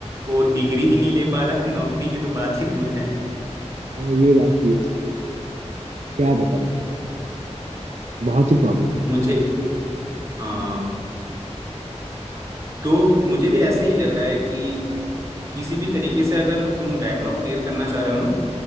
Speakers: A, on the right (about 25°); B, on the right (about 70°).
A: वो डिग्री ही नहीं ले पा रहा है नौकरी की तो बात ही दूर है
B: हाँ ये बात भी है क्या बताऊं भाई बहुत ही प्रॉब्लम है
A: मुझे हाँ तो मुझे भी ऐसा ही लग रहा है कि किसी भी तरीके से अगर तुम बैकलॉग क्लियर करना चाह रहे हो ना